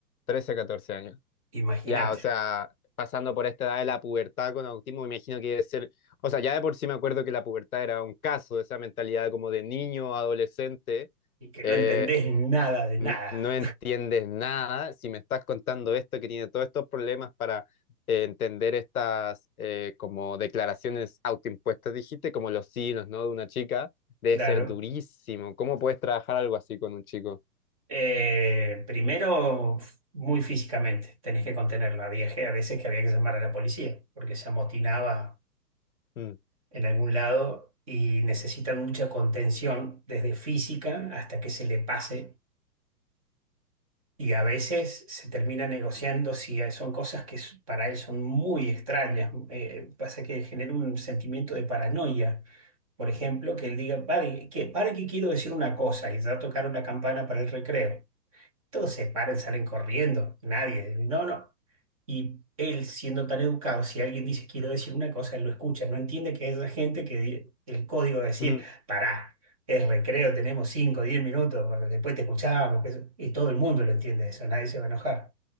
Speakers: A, on the left; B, on the right.
A: trece catorce años.
B: imagínate.
A: Ya, o sea, pasando por esta edad de la pubertad con autismo, me imagino que debe ser, o sea, ya de por sí me acuerdo que la pubertad era un caso, esa mentalidad como de niño, adolescente,
B: Y que
A: eh,
B: no entendés nada de
A: n-
B: nada.
A: no entiendes nada. Si me estás contando esto, que tiene todos estos problemas para eh, entender estas eh, como declaraciones autoimpuestas, dijiste, como los sí, los no de una chica. Debe
B: Claro.
A: ser durísimo. ¿Cómo puedes trabajar algo así con un chico?
B: Eh, primero, muy físicamente, tenés que contenerla Había a veces que había que llamar a la policía porque se amotinaba
A: Mm,
B: en algún lado y necesitan mucha contención, desde física hasta que se le pase. Y a veces se termina negociando si son cosas que s- para él son muy extrañas. Eh, pasa que genera un sentimiento de paranoia. Por ejemplo, que él diga, pare que, para que quiero decir una cosa y ya tocar una campana para el recreo. Todos se paran, salen corriendo. Nadie. No, no. Y él, siendo tan educado, si alguien dice quiero decir una cosa, él lo escucha. No entiende que hay gente que di- el código de decir,
A: ujú,
B: pará, es recreo, tenemos 5, 10 minutos, después te escuchamos. que eso- Y todo el mundo lo entiende eso, nadie se va a enojar.